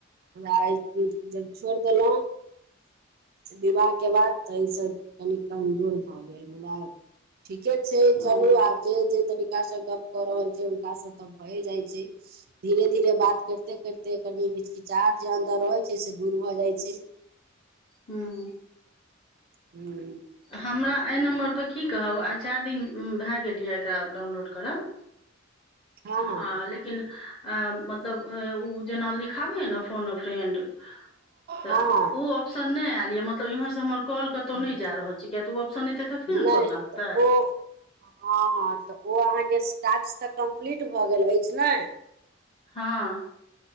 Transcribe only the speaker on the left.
ओ
हुँ
हमरा एहि नम्बरपर की कहब आइ चाइर दिन भैय गेल य एकरा डाउनलोड करब
आ लेकिन अ मतलब उ जेना लिखाबय हैय नऽ फोन अऽ फ्रेंड तऽ
उ ऑप्शन नय ऐल यऽ मतलब इमहर काॅल कत्तौ
नय। जा रहल छी किय तऽ ओ ऑप्शन एतै तखने
न प काॅल
लागतै।
हँ